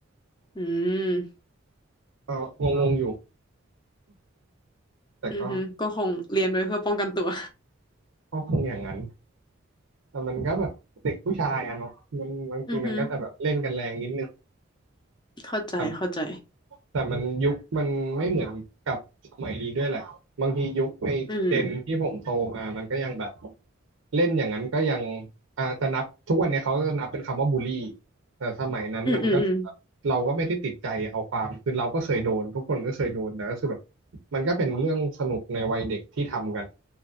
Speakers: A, on the left (about 20°); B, on the right (about 80°).
A: อืม
B: ก็งงๆอยู่แต่ก็
A: อือฮึก็คงเรียนไว้เพื่อป้องกันตัว
B: ก็คงอย่างนั้นแต่มันก็แบบเด็กผู้ชายอะเนาะมันบางทีมันก็จะแบบเล่นกันแรงนิดนึง
A: <laughs> อือฮึ เข้าใจเข้าใจ
B: แต่แต่มันยุคมันไม่เหมือนกับสมัยนี้ด้วยแหละบางทียุคในเจนที่ผมโตมามันก็ยังแบบ
A: อืม
B: เล่นอย่างนั้นก็ยังอาจจะนับทุกวันเนี้ยเขาก็จะนับเป็นคำว่าบูลลี่ แต่สมัยนั้นมันก็คือแบบเราก็ไม่ได้ติดใจเอาความคือเราก็เคยโดนทุกคนก็เคยโดนแต่ก็คือแบบ
A: อืมอืมอืม
B: มันก็เป็นเรื่องสนุกในวัยเด็กที่ทำกัน